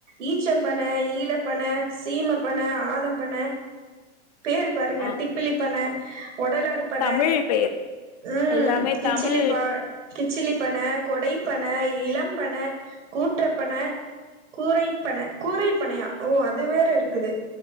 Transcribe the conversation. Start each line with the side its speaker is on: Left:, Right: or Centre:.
Right: ஈச்சம் பன ஈழ பன சீமை பன ஆதம் பன பேரு பாருங்க
Left: ஆ
Right: தி ப்பிலிப் பன உடல பன
Left: தமிழ் பெயர்
Right: ம்
Left: எல்லாமே
Right: கிச்சிலிப்
Left: தமிழ்
Right: பா கிச்சிலி பன கொடைப்பன இளம் பன கூற்றப்பன கூரைப்பன கூரைப்பனையா ஓ அது வேற இருக்குது